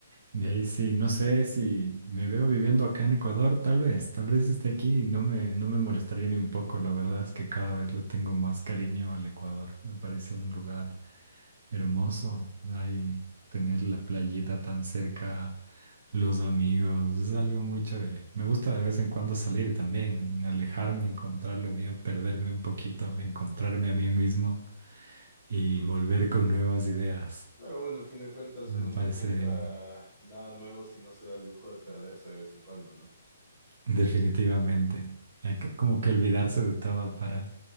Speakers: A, on the right; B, in the centre.
A: de ahí sí, no sé si me veo viviendo acá en Ecuador, tal vez, tal vez esté aquí y no me, no me molestaría ni un poco. La verdad es que cada vez le tengo más cariño al Ecuador. Me parece un lugar Hermoso, ahí tener la playita tan cerca, los amigos, es algo muy chévere. Me gusta de vez en cuando salir también, alejarme, encontrar lo mío, perderme un poquito, encontrarme a mí mismo y
B: Ujú.
A: volver con nuevas ideas.
B: Pero bueno, al fin de cuentas
A: Me
B: uno no
A: parece
B: encuentra nada nuevo si no se da el lujo de perderse de vez en cuando, ¿no?
A: definitivamente. Hay
B: Sí.
A: co- como que olvidarse de todo para,